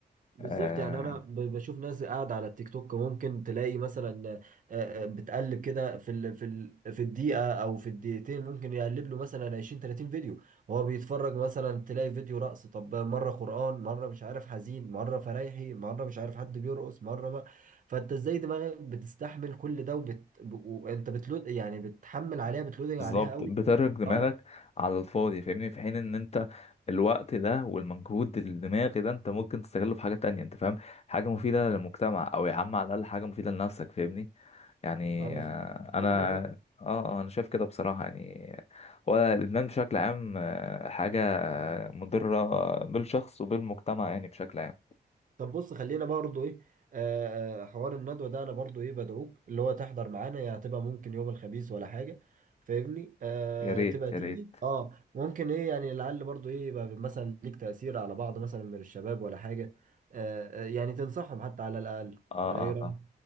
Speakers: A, on the right; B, on the left.
A: بالظبط
B: آه
A: يعني انا ب- بشوف ناس قاعده على التيك توك ممكن تلاقي مثلا آه، آه، بتقلب كده في ال في ال في الدقيقه او في الدقيقتين ممكن يقلب له مثلا 20 30 فيديو وهو بيتفرج مثلا تلاقي فيديو رقص طب مره قران مره مش عارف حزين مره فرايحي مره مش عارف حد بيرقص مره ما فانت ازاي دماغك بتستحمل كل ده وبت ب- وانت بتلود يعني بتحمل عليها بتلودنج
B: بالظبط
A: عليها قوي
B: بترك دماغك
A: اه
B: على الفاضي فاهمني في حين ان انت الوقت ده والمجهود الدماغي ده انت ممكن تستغله في حاجه تانية انت فاهم حاجه مفيده للمجتمع او يا عم على الاقل حاجه مفيده لنفسك فاهمني يعني
A: انا
B: آه،
A: ف-
B: انا
A: فاهمك آه.
B: اه آه، انا شايف كده بصراحة يعني هو الادمان بشكل عام آه، حاجة آه، مضرة بالشخص وبالمجتمع يعني بشكل عام
A: طب بص خلينا برضو ايه آه آه، حوار الندوة ده انا برضو ايه بدعوك اللي هو تحضر معانا يعني هتبقى ممكن يوم الخميس ولا حاجة فاهمني آه
B: يا ريت
A: تبقى
B: يا
A: تيجي
B: ريت
A: اه ممكن ايه يعني لعل برضو ايه يبقى مثلا ليك تأثير على بعض مثلا من الشباب ولا حاجة آه آه، يعني تنصحهم حتى على الأقل
B: اه
A: ولا ايه
B: اه
A: رأيك
B: اه